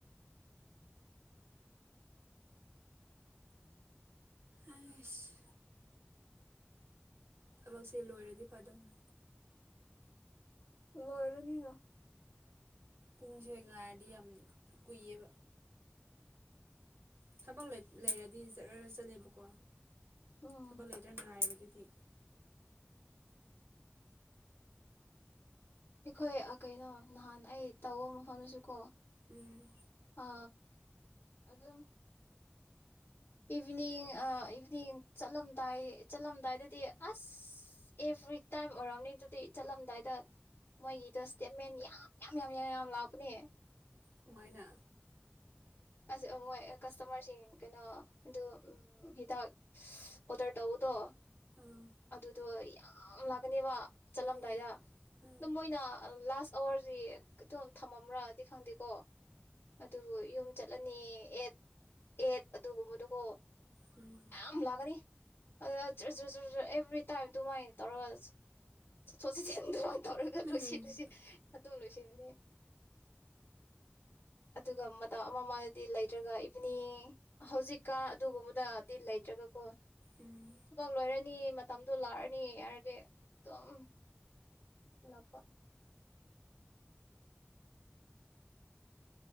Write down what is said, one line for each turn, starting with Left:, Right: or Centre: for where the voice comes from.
Right: ꯑꯩꯁ ꯊꯕꯛꯁꯦ ꯂꯣꯏꯔꯗꯤ ꯐꯥꯗꯧꯅꯤ
Left: ꯑꯣꯏꯔꯅꯤꯅ
Right: ꯄꯨꯖꯦ ꯉ ꯑꯗꯤ ꯑꯝ ꯀꯨꯏꯕ ꯊꯕꯛ ꯂꯩꯔꯗꯤ ꯆꯠꯂ ꯆꯠꯂꯦꯕꯀꯣ
Left: ꯎꯝ
Right: ꯊꯕꯜ ꯂꯩꯇꯪꯅꯅꯥꯑꯕꯗꯤ ꯇ
Left: ꯑꯩꯈꯣꯏ ꯀꯩꯅꯣ ꯅꯍꯥꯟ ꯑꯩ ꯇꯧꯕ ꯃꯐꯝꯗꯁꯨ ꯀꯣ
Right: ꯎꯝ
Left: ꯑ ꯑꯗ ꯏꯚꯤꯅꯤꯡ ꯏꯚꯤꯅꯤꯡ ꯆꯠꯂꯝꯗꯥꯏ ꯆꯠꯂꯝꯗꯥꯏꯗꯗꯤ ꯑꯁ ꯑꯦꯚ꯭ꯔꯤꯇꯥꯏꯝ ꯑꯣꯏꯔꯝꯅꯤ ꯑꯗꯨꯗꯤ ꯆꯠꯂꯝꯗꯥꯏꯗ ꯃꯣꯏꯒꯤꯗꯣ ꯏꯁꯇꯦꯠꯃꯦꯟ ꯌꯥꯝ ꯌꯥꯝ ꯌꯥꯝ ꯌꯥꯝ ꯌꯥꯝ ꯂꯥꯛꯄꯅꯦ
Right: ꯀꯃꯥꯏꯅ
Left: ꯑꯁ ꯃꯣꯏ ꯀꯁꯇꯃꯔꯁꯤꯡ ꯀꯩꯅꯣ ꯑꯗꯨ ꯍꯤꯗꯥꯛ ꯑꯣꯗꯔ ꯇꯧꯕꯗꯣ
Right: ꯎꯝ
Left: ꯑꯗꯨ ꯑꯗꯨꯣ ꯌꯥꯝ ꯂꯥꯛꯀꯅꯦꯕ ꯆꯠꯂꯝꯗꯥꯏꯗ
Right: ꯎꯝ ꯎꯝ
Left: ꯑ ꯃꯣꯏꯅ ꯂꯥꯁ ꯑꯋꯥꯔ ꯍꯧ ꯑꯗꯨꯝ ꯊꯝꯃꯝꯕ꯭ꯔꯥꯗꯤ ꯈꯪꯗꯦꯀꯣ ꯑꯗ ꯏ ꯆꯠꯂꯅꯤ ꯑꯦꯠ ꯑꯦꯠ ꯑꯗꯨꯒꯨꯝꯕꯗꯨꯀꯣ
Right: ꯎꯝ
Left: ꯌꯥꯝ ꯂꯥꯛꯀꯅꯤ ꯑꯗꯨ ꯔꯤ ꯇꯥꯏ ꯑꯗꯨꯃꯥꯏꯅ ꯇꯧꯔꯒ ꯆꯠꯊꯠ ꯆꯠꯁꯤꯟ ꯇꯧꯔꯒ
Right: ꯎꯝ
Left: ꯂꯣꯏꯁꯤꯜꯂꯨꯁꯤ ꯃꯇꯨꯡ ꯂꯣꯏꯁꯤꯟꯜꯂꯤ ꯑꯗꯨꯒ ꯇ ꯑꯃꯃꯗꯤ ꯂꯩꯇ꯭ꯔꯒ ꯏꯚꯅꯤꯡ ꯍꯧꯖꯤꯛꯀ ꯑꯗꯨꯒꯨꯝꯕꯗꯗꯤ ꯂꯩꯇ꯭ꯔꯒ ꯀꯣ
Right: ꯎꯝ
Left: ꯊꯕꯛ ꯂꯣꯏꯔꯅꯤ ꯃꯇꯝꯗꯣ ꯂꯥꯛꯑꯅꯤ ꯌꯥꯔꯗꯤ ꯑꯗꯨꯝ ꯂꯥꯛꯄ